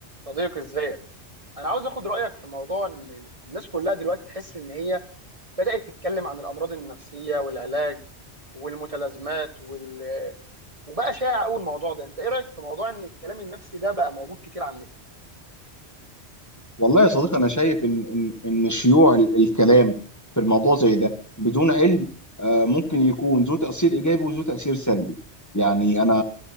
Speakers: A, on the right; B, on the left.
A: صديقي ازيك انا عاوز اخد رايك في موضوع ان الناس كلها دلوقتي تحس ان هي بدات تتكلم عن الامراض النفسيه والعلاج والمتلازمات وال... وبقى شائع قوي الموضوع ده انت ايه رايك في موضوع ان الكلام النفسي ده بقى موجود كتير على النت
B: والله يا صديقي انا شايف ان ان ان شيوع ال- الكلام في الموضوع زي ده بدون علم آه، ممكن يكون ذو تاثير ايجابي وذو تاثير سلبي يعني انا